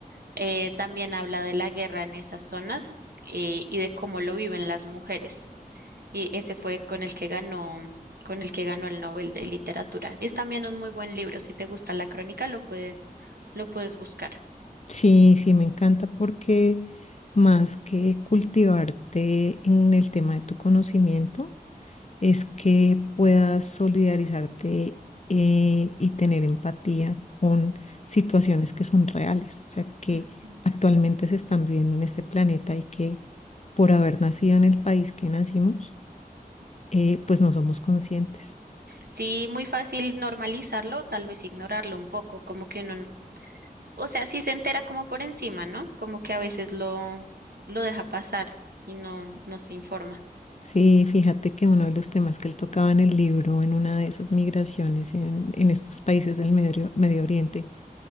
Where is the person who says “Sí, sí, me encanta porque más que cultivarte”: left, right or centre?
Left